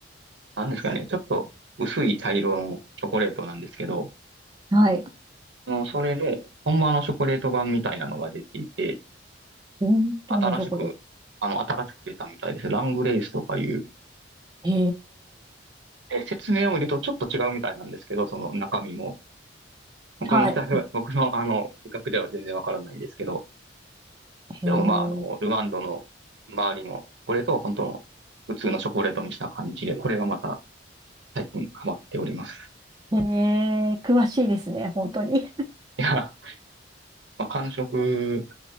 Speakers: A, on the right; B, on the right.
A: なんですかね、ちょっと薄い茶色のチョコレートなんですけど、
B: はい。
A: あの、それの、ほんまのチョコレート版みたいなのが出ていて、
B: 本当のチョコです。
A: 新しく、あの、新しく出たみたいです。ラングレースとかいう。
B: へえ
A: で、説明を見るとちょっと違うみたいなんですけど、その中身も。僕の下では、
B: はい。
A: 僕のあの、味覚では全然わからないですけど、
B: へえ
A: でもまあ、あの、ルワンドの周りのチョコレートを本当の普通のチョコレートにした感じで、これがまた最近ハマっております。
B: へー。詳しいですね、本当に。
A: いや、まあ、間食、